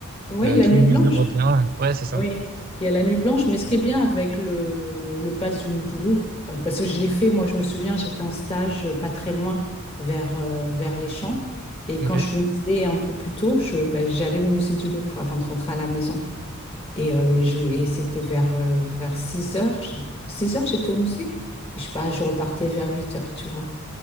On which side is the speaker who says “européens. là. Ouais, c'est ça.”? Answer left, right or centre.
Right